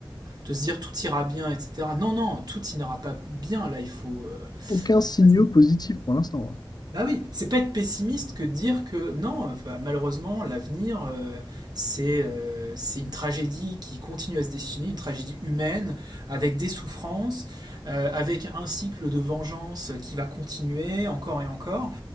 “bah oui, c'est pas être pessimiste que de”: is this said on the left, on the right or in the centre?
Right